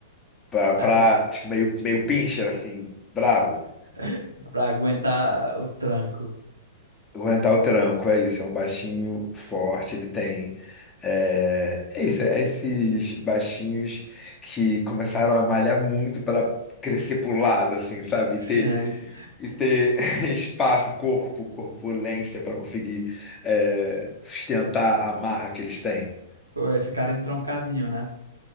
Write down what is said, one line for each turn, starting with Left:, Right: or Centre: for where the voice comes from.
Left: Pra,
Right: Agu...
Left: pra, tipo, meio, meio pincher, assim, brabo.
Right: <laughs> Pra aguentar o tranco.
Left: Aguentar o tranco, é isso. É um baixinho forte, ele tem. É, é isso, é esses baixinhos que começaram a malhar muito para crescer pro lado, assim, sabe?
Right: <laughs>
Left: E ter,
Right: É, e fi-
Left: e ter <laughs> espaço, corpo, corpulência para conseguir é, sustentar a marra que eles têm.
Right: Pô, é, ficar entroncadinho, né?